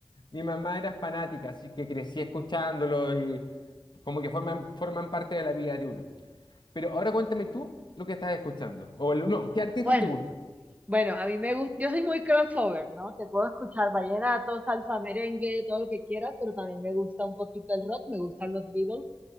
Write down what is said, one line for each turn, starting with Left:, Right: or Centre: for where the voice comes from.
Left: mi mamá era fanática, así que crecí escuchándolo y como que forman, forman parte de la vida de uno. Pero ahora cuéntame tú lo que estás escuchando. O el- no, ¿qué artistas
Right: Bueno,
Left: te gustan?
Right: bueno, a mí me gusta, yo soy muy crossover, ¿no? Te puedo escuchar vallenato, salsa, merengue, todo lo que quieras, pero también me gusta un poquito el rock, me gustan los Beatles,